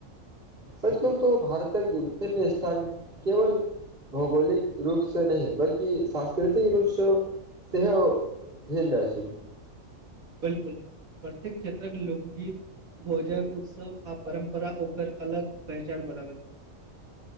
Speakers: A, on the right (about 45°); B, on the right (about 85°).
A: सच कहू त भारतक विभिन्न स्थान केवल भौगोलिक रूपसँ नहि बल्कि सांस्कृतिक रूपसँ सेहो भिन्न अछि
B: बिलकुल प्रत्येक क्षेत्रक लोकगीत भोजन उत्सव आ परम्परा ओकर अलग पहचान बनाबैत अछि